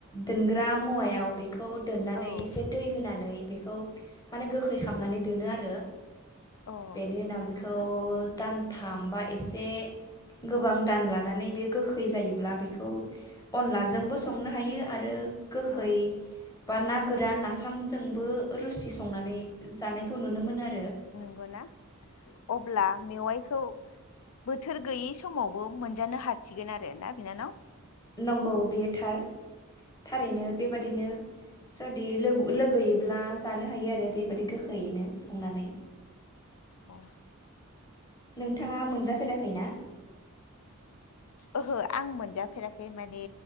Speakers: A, on the left; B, on the left.
A: दोनग्रा मुवाया औ बेखौ दोननानै
B: औ
A: एसे दै होनानै बेखौ माने गोखै खामनानै दोनो आरो।
B: अ
A: बेनि उनाव
B: नंगौना
A: बेखौ दान थामबा एसे गोबां दान लानानै बे गोखै जायोब्ला बेखौ अनलाजोंबो संनो हायो आरो गोखै
B: औ
A: बा ना गोरान नाफामजोंबो रुसि संनानै जानायखौ नुनो मोनो आ
B: नंगौना? अब्ला मेवाइखौ बोथोर गैयै समावबो मोनजानो हासिगोन आरो ना बिनानाव?
A: नंगौ बेयो थार थारैनो बेबादिनो जुदि लोब लोगोयोब्ला जानो हायो आरो बेबादि गोखैयैनो संनानै
B: औ
A: नोंथाङा मोनजाफेराखै ना?
B: ओहो आं मोनजाफेराखै माने